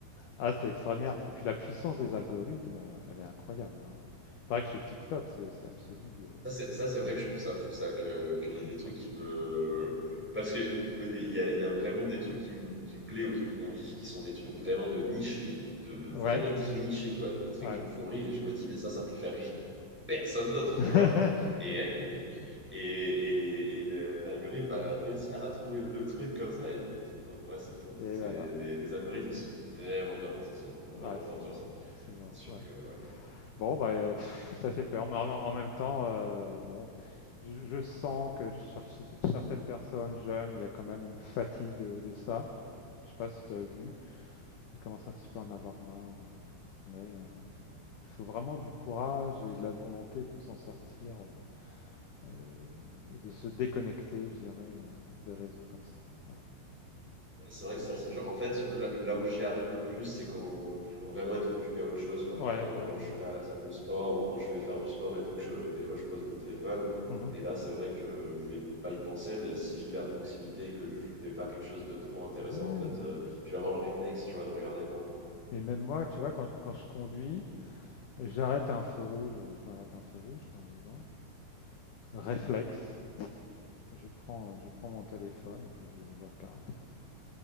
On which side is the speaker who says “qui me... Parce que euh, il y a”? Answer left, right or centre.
Centre